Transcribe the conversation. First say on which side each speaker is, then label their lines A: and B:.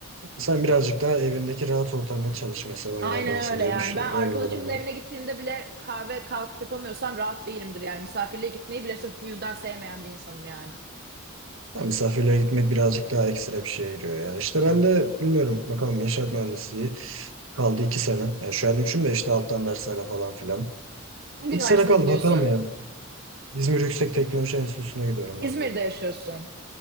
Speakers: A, on the right (about 65°); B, on the right (about 45°).
A: sen birazcık daha evindeki rahat ortamda çalışmayı sevenlerdensin
B: Aynen öyle
A: diye
B: yani.
A: düşünüyorum
B: Ben arkadaşımın
A: ben. ondan.
B: evine gittiğinde bile kahve kalkıp yapamıyorsam rahat değilimdir yani. Misafirliğe gitmeyi bile sırf bu yüzden sevmeyen bir insanım yani.
A: Ha, misafirliğe gitmek birazcık daha ekstra bir şeye giriyor ya. İşte ben de bilmiyorum. Bakalım inşaat mühendisliği kaldı iki sene. Yani şu an üçün de işte alttan derslerle falan filan.
B: Hangi
A: İki
B: üniversiteye
A: sene kaldı
B: gidiyorsun?
A: bakalım ya. İzmir Yüksek Teknoloji Enstitüsü'ne gidiyorum
B: İzmir'de
A: ben bu.
B: yaşıyorsun.